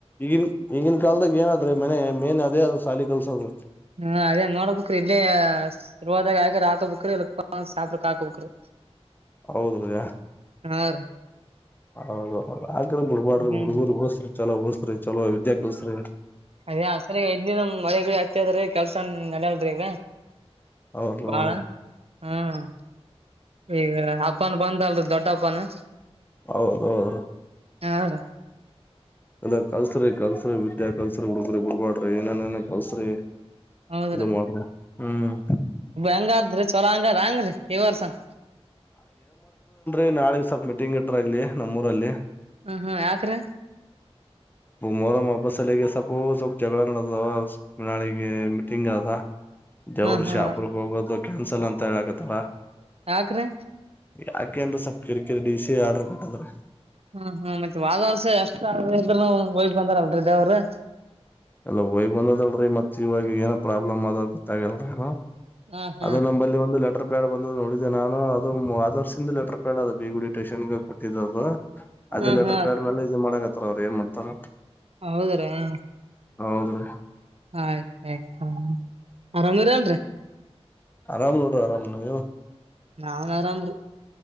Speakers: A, on the left (about 20°); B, on the right (about 65°).
A: ಈಗಿನ ಈಗಿನ ಕಾಲದ ಏನಾದ್ರೆ ಮನೆ ಮೇನ್ ಅದೇ ಅ ಸಾಲಿ ಕೆಲ್ಸೋದು.
B: ಹ್ಮ ಅದೇ ನೋಡ್ಬಕ್ ಇಲ್ಲೇ ಶುರ್ವಾದಾಗ ಆಕ್ರ ಹಾಕಬಕ್ ಇ ಶಪ್ರಕ್ ಹಾಕಬಕರಿ.
A: ಹೌದ್ರೀಯ.
B: ಹಾ ರೀ.
A: ಹೌದೌದು ಆಬಿಡ್ಬಾರ
B: ಹ್ಮ್
A: ಹುಡುಗುರು ಹಓಸ್ರ ಚಲೋ- ಚಲೋ ವಿದ್ಯಾ ಕಳ್ಸಿರಿ.
B: <unintelligible> ಹತ್ಯಾದ್ರಿ ಕೆಲ್ಸ ನಡಲ್ದ್ರಿ ಈಗ
A: ಹೌದ
B: ಬಾಳ.
A: ಹೌದ್ರಿ
B: ಹ್ಮ್. ಈಗ ಅಬ್ನ ಬಂದ ಅಲ್ ದೊಡ್ಡ. <unintelligible>
A: ಹೌದೌದು.
B: ಹ.
A: ಎಲ್ಲ ಕಲ್ಸ್ರಿ ಕಲ್ಸ್ರಿ ವಿದ್ಯಾ ಕಲ್ಸ್ರಿ ಹುಡುಗ್ರಿ ಬಿುಡ್ಬಾಡ್ರಿ ಏನೇನ್ ಏನ ಕಲ್ಸ್ರಿ.
B: ಹೌದ್ರಿ
A: ಇದು ಮಾಡ್ರ ಹ್ಮ್.
B: ಹಂಗಾದ್ರೀ ಚೊಲ ಹಂಗದ ಹಂಗ್ರೀ. ಈ ಹೊರ್ಸನ್.
A: ಇ ನಾಳಗ್ ಸ್ವಲ್ ಮೀಟಿಂಗ್ ಇಟ್ರ ಇಲ್ಲಿ ನಮ್ಮೂರಲ್ಲಿ.
B: ಹ್ಮ್ ಹ್ಮ್ ಯಾಕ್ರೀ.
A: ಮೊರಮ್ಮ ಹಬ್ಬ ಸಲಗೆ ಸ್ವಪ ಸ್ವಲ್ಪ್ ಜಗಳ ನಡೆದಾವ ನಾಳಿಗೆ ಮೀಟಿಂಗ್ ಆದ. ದೇವರು
B: ಹ್ಮ್ ಹ್ಮ್
A: ಶಾಪರ್ಕ್ಕೆ ಹೋಗೋದು. ಕ್ಯಾನ್ಸಲ್ ಅಂತ ಹೇಳಾಕತ್ತಾಳ
B: ಯಾಕ್ರಿ
A: ಯಾಕೆದ್ರೆ ಸ್ವಪ್ ಕಿರಿಕಿರಿ ಡಿ ಸಿ ಆರ್ಡರ್ ಕೊಟ್ಟಾದರ.
B: ಹ್ಮ್ ಹ್ಮ್ ಮತ್ತೆ ಹೋದ ವರ್ಸ ಎಷ್ಟ ಅನ್ರಿ ಇದ್ದರು ಹೋಗ್ ಬಂದಾರಲ್ರೀ ದೇವ್ರ.
A: ಎಲ್ಲ ವಯ್ ಬಂದದಲ್ರರಿ ಮತ್ ಇವಾಗ ಏನ ಪ್ರಾಬ್ಲಮ್ ಆದಗೊತ್ತಾಗಲ್ಲನ್. <unintelligible>
B: ಹ್ಮ್ ಹ್ಮ್
A: ಅದು ನಂಬಲ್ಲಿ ಒಂದು ಲೆಟರ್ ಬೇಡ ಬಂದ ನೋಡಿದೆ ನಾನು ಅದು ಹೊದರ್ಸಿಂದ ಲೆಟರ್ ಪ್ಯಾಡ ಅದ ಬೀಗುಡಿ ಟೇಷನ್ ಕೊಟ್ಟಿದ್ದದು. ಅದೇ
B: ಹ್ಮ್
A: ಲೆಟರ್
B: ಹ್ಮ್
A: ಪ್ಯಾಡ್ ಮೇಲೆ ಇದು ಮಾಡ ಅವ್ರ ಏನ್ ಮಾಡ್ತಾರ.
B: ಹೌದ್ರೀ. ಹಾ
A: ಹೌದ್ರೀ.
B: ಆಯ್ತಾಆಯ್ತ ಆರಾಮ ಇರಲ್ರಿ.
A: ಆರಾಮ್ ನೋಡ ಆರಾಮ್ನ ನೀವು
B: ನಾವ್ನ್ ಆರಾಮ್ರಿ